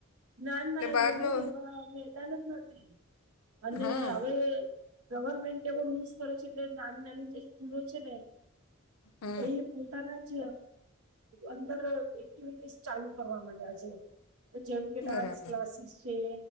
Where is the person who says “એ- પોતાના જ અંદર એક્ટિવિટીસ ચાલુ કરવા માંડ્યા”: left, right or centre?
Right